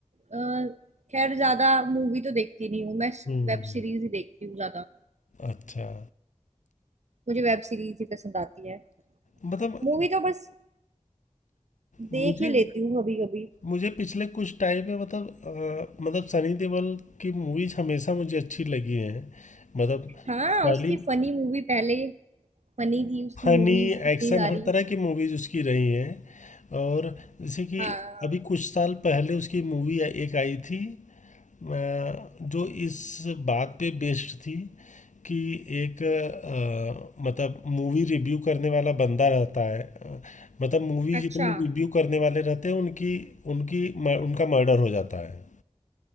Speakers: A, on the right; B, on the left.
A: अ, खैर ज्यादा मूवी तो देखती नहीं हूँ मैं
B: हम्म
A: वेब सीरीज ही देखती हूँ ज्यादा
B: अच्छा
A: मुझे वेब सीरीज ही पसंद आती है
B: मतलब
A: मूवी तो बस देख
B: मुझे
A: ही लेती हूँ कभी कभी
B: मुझे पिछले कुछ टाइम में मतलब अ, मतलब सनी देओल की मूवीज हमेशा मुझे अच्छी लगी हैं मतलब
A: हाँ
B: पहली
A: उसकी फनी मूवी पहले फनी थी उसकी
B: फनी
A: मूवीज इतनी
B: एक्शन
A: सारी
B: हर तरह की मूवीज उसकी रही हैं और जैसे कि
A: हाँ
B: अभी कुछ साल पहले उसकी मूवी एक आई थी अ, जो इस बात पे बेस्ड थी कि एक अ, मतलब मूवी रिव्यू करने वाला बंदा रहता है अ, मतलब मूवी
A: अच्छा
B: जितने रिव्यू करने वाले रहते हैं उनकी उनकी म- उनका मर्डर हो जाता है